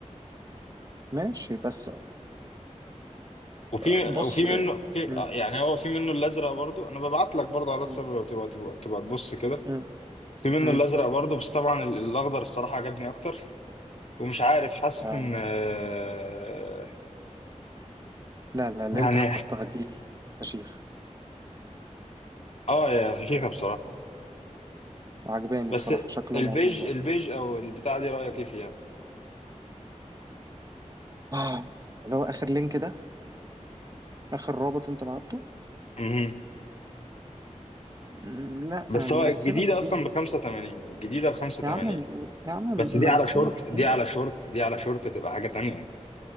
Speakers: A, on the right; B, on the left.
A: ماشي بس
B: وفي
A: بص
B: وفي منه في
A: مم.
B: آه، يعني هو في منه الازرق برضو انا ببعت لك برضو على الواتساب
A: مم.
B: لو تبقى تبقى, تبقى تبص كده
A: مم.
B: في منه
A: مم.
B: الازرق برضو بس طبعا ال- الاخضر الصراحة عجبني اكتر ومش عارف حاسس
A: لا
B: ان
A: لا
B: آه،
A: لا لا اللي
B: يعني
A: انت اخترتها دي فشيخ
B: اه يا فشيخة بصراحة
A: عجباني
B: بس
A: بصراحة شكله
B: البيج
A: موضوع
B: البيج او البتاعه دي رايك ايه فيها
A: <gasps> آه. اللي هو آخر لينك ده آخر رابط انت بعته
B: مهم.
A: م، لا
B: بس
A: مرسمة
B: هو الجديده
A: كتير
B: اصلا ب 85 الجديده ب 85
A: يا عم يا عم
B: بس دي
A: مرسمة
B: على شورت
A: كتير
B: دي على شورت دي على شورت تبقى حاجه تانية